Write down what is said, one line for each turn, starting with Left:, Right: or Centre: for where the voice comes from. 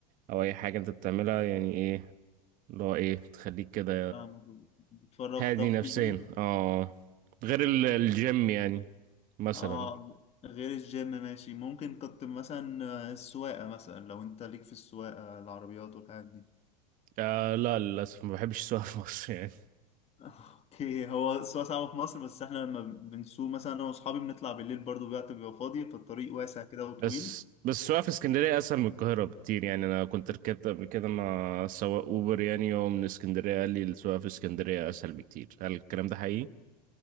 Right: او اي حاجة انت بتعملها يعني إيه؟ اللي هو ايه تخليك كده
Left: فاهمك بتفرغ
Right: هادي
Left: طاقتي
Right: نفسيا
Left: يعني
Right: اه غير ال- الجيم يعني مثلا
Left: اه غير الجيم ماشي ممكن كنت مثلا آه، السواقة مثلا لو انت ليك في السواقة العربيات والحاجات دي
Right: آه لا للأسف ما بحبش السواقة في مصر يعني
Left: اوكي هو السواقة صعبة في مصر بس احنا لما بنسوق مثلا انا واصحابي بنطلع بالليل برضو الوقت بيبقى فاضي فالطريق واسع كده
Right: بس
Left: وطويل
Right: بس السواقة في اسكندرية أسهل من القاهرة بكتير يعني أنا كنت ركبت قبل كده مع سواق أوبر يعني هو من اسكندرية قال لي السواقة في اسكندرية أسهل بكتير هل الكلام ده حقيقي؟